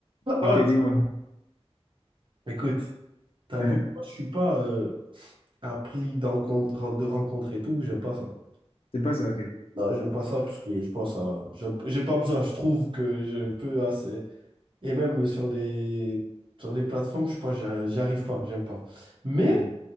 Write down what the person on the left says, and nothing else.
Ok, dis-moi.
Hein,
C'est pas ça, ok.
Hmm.